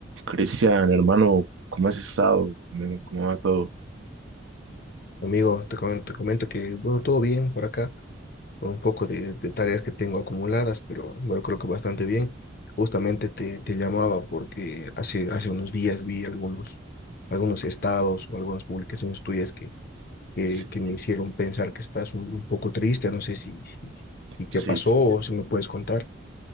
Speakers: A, on the right; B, on the left.
A: Cristian, hermano, ¿cómo has estado? ¿Cómo cómo va todo?
B: Amigo, te comento, te comento que, bueno, todo bien por acá, con un poco de, de tareas que tengo acumuladas, pero bueno, creo que bastante bien. Justamente te, te llamaba porque hace, hace unos días vi algunos, algunos estados o algunas publicaciones tuyas que, que,
A: Sí,
B: que me hicieron pensar que estás un, un poco triste. No sé si, si, si te
A: sí,
B: pasó
A: sí.
B: o si me puedes contar.